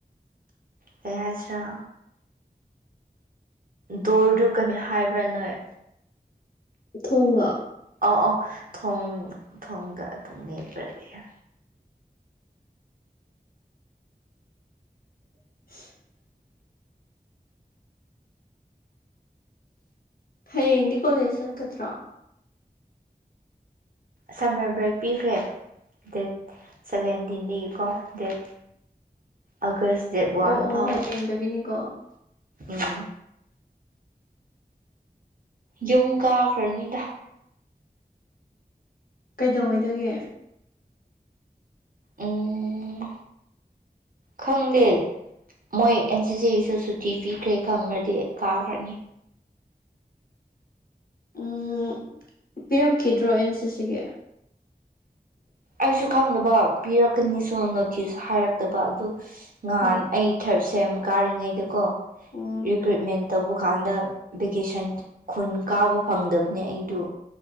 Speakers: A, on the right; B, on the left.
A: ꯀꯩ ꯍꯥꯏꯁꯤꯔꯥ ꯗꯣꯔꯗꯨ ꯀꯂ ꯍꯥꯏꯕ꯭ꯔꯥ ꯅꯣꯏ
B: ꯊꯨꯡꯂꯣ
A: ꯑꯥꯎ ꯑꯥꯎ ꯊꯣꯡ ꯊꯣꯡꯗ ꯑꯗꯨꯝ ꯃꯦꯠꯄ꯭ꯔꯥ ꯂꯩꯌ
B: <inaudible> ꯍꯌꯦꯡꯗꯤ ꯀꯣꯂꯦꯁ ꯆꯠꯀꯗ꯭ꯔꯣ
A: ꯁꯝꯃꯔ ꯕ꯭ꯔꯦꯛ ꯄꯤꯈ꯭ꯔꯦ ꯗꯦꯠ ꯁꯕꯦꯟꯗꯤꯟꯗꯒꯤꯀꯣ ꯗꯦꯠ ꯑꯥꯒꯁ ꯗꯦꯠ ꯋꯥꯟ
B: ꯑꯣ ꯑꯣ
A: ꯐꯥꯎꯕ
B: ꯍꯌꯦꯡꯗꯒꯤꯅꯤꯀꯣ
A: ꯎꯝ ꯌꯨꯝ ꯀꯥꯈ꯭ꯔꯅꯤꯗ
B: ꯀꯩꯗꯧꯉꯩꯗꯒꯦ
A: ꯎꯝ ꯈꯪꯗꯦ ꯃꯣꯏ ꯑꯦꯟ ꯁꯤꯁꯤ ꯁꯨ ꯁꯨꯠ ꯇꯤ ꯐꯤꯈ꯭ꯔꯦ ꯈꯪꯔꯗꯤ ꯀꯥꯈ꯭ꯔꯅꯤ
B: ꯎꯝ ꯄꯤꯔꯛꯈꯤꯗ꯭ꯔꯣ ꯑꯦꯟ ꯁꯤ ꯁꯤꯒꯦ
A: ꯑꯩꯁꯨ ꯈꯪꯗꯕ ꯄꯤꯔꯛꯀꯅꯤꯁꯨ ꯅꯣꯇꯤꯁ ꯍꯥꯏꯔꯛꯇꯕ ꯑꯗꯨ ꯉꯍꯥꯟ
B: ꯎꯝ
A: ꯑꯩ ꯊ꯭ꯔꯥꯠ ꯁꯦꯝ ꯀꯥꯔꯤꯉꯩꯗꯀꯣ
B: ꯎꯝ
A: ꯔꯤꯀ꯭ꯔꯨꯏꯠꯃꯦꯟ ꯇꯧꯕ ꯀꯥꯟꯗ ꯚꯦꯀꯦꯁꯟ ꯈꯨꯟ ꯀꯥꯕ ꯐꯪꯗꯕꯅꯦ ꯑꯩꯗꯨ